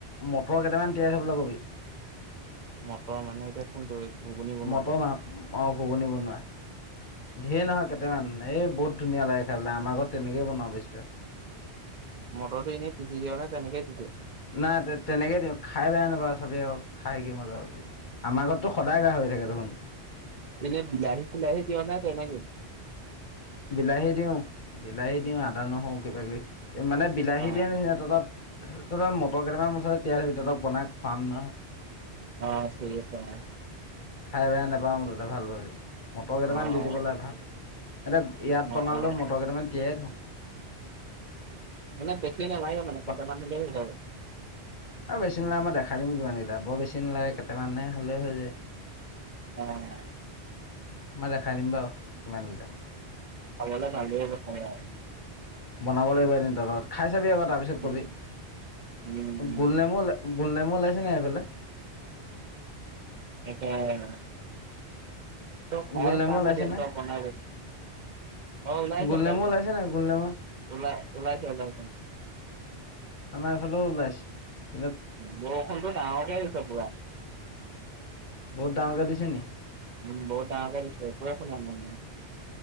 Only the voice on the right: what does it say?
মটৰ মানে এতিয়া কোনটো? ঘুগুনি বনোৱাটো?
মটৰটো এনেই পিচি দিয় নে? তেনেকেই থাকে
এনে বিলাহী চিলাহী দিয় নে তেনেকেই
অ',
অ', ঠিক আছে <unintelligible>
অ',
অ',
অ',
মানে বেছি নালাগে মানে কেইটামান
হলে হৈ যায়
উম
আল নালব সময়
উম,
উম,
এটোয়া ত খাই
চাম
ম
ত বন অ ওলাইছে
ওলাইছ
উল উলাইাসৱলছ
বৰষুণতো ডাঙৰকে হৈছে পুৰা
উম বহুত ডাঙ কৰিছে ক শ ন আ নে